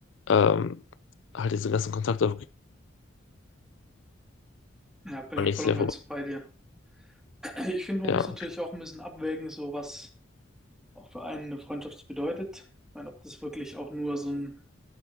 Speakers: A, on the left; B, in the centre.
A: ähm, halt diesen ganzen Kontakt auf
B: Ja, bin ich
A: nächstes
B: voll und
A: Jahr
B: ganz
A: vorbei.
B: bei dir. <clears throat> Ich finde,
A: Ja,
B: man muss natürlich auch ein bisschen abwägen, so was auch für einen eine Freundschaft bedeutet. Ich meine, ob das wirklich auch nur so ein